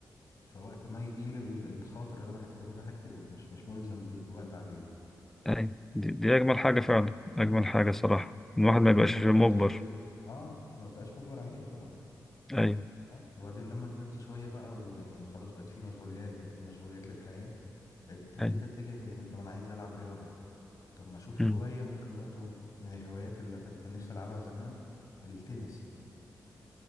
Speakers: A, on the left (about 55°); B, in the centre.
A: فوقت ما يجي لي ال- الخاطر اللي انا هكتبه ده هكتبه مش مش ملزم ب- بوقت عليه
B: ايوه دي, دي اجمل حاجه فعلا
A: مم.
B: اجمل حاجه صراحه الواحد
A: وبعدين
B: ما يبقاش
A: لما
B: مجبر
A: كبرت شوية اه ما بقاش مجبر عليها طبعا
B: ايوه
A: اه وبعدين لما كبرت شوية بقى ويعني خلاص بقت في مشغوليات لل- مشغوليات للحياة ابتديت
B: ايوه
A: اتجه ان طب انا عايز العب رياضه طب ما اشوف
B: مم.
A: هوايه ممكن برضو من الهوايات اللي كنت كان نفسي العبها زمان التنس